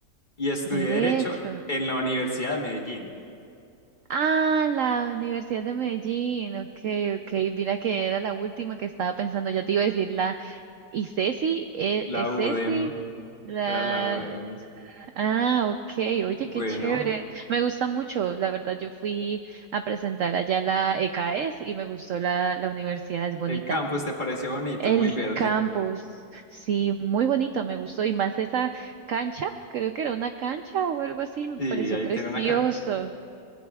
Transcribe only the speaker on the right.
Derecho.
Ah, la Universidad de Medellín. Ok, ok. Mira que era la última que estaba pensando. Yo te iba a decir la Y Ceci, eh,
eh, Ceci,
la...
Ah, ok, oye,
qué chévere. Me gusta mucho, la verdad, yo fui a presentar allá la ECAES y me gustó la, la universidad, es bonita.
El
campus, sí, muy bonito, me gustó. Y más esa cancha, creo que era una cancha o algo así, me
pareció
precioso.